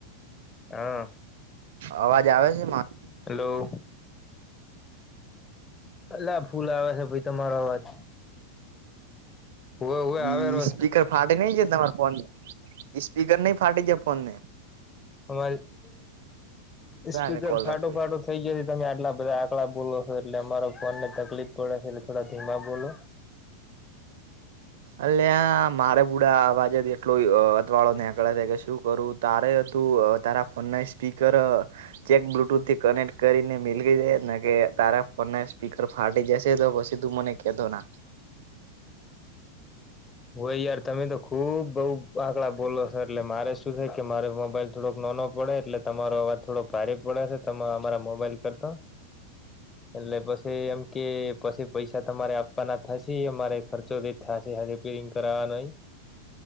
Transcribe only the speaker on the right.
અવાજ આવે છે મા
ઈ
સ્પીકર ફાટે નઈ છે તમારા ફોન ને સ્પીકર નહી ફાટે છે ફોન ને
લે કોલ
રાખું.
અલે આ મારે બુડાા અવાજે એટલો અતવાળો ની આંકળે છે કે શું કરું તારે તું તારા ફોન ના સ્પીકર ચેક બ્લુટૂથ થી કનેક્ટ કરીને મી જાય ને કે તારા ફોન સ્પીકર ફાટી જશે તો પ સીધું મને કતોો ના